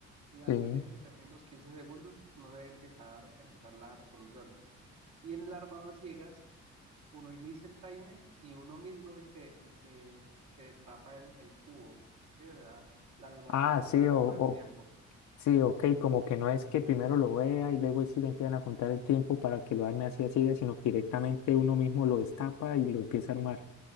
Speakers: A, on the right; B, on the left.
A: y antes
B: Sí.
A: de que se terminen los 15 segundos, uno debe empezar, empezar la resolución. Y en el armado a ciegas uno inicia el timer y uno mismo es el que, el que, el que destapa el, el cubo. ¿sí? O sea, la memorización
B: Ah, sí,
A: va dentro
B: o, o-
A: del tiempo.
B: sí, ok. Como que no es que primero lo vea y luego ahí sí le empiezan a contar el tiempo para que lo arme así a ciegas, sino que directamente uno mismo lo destapa y lo empieza a armar.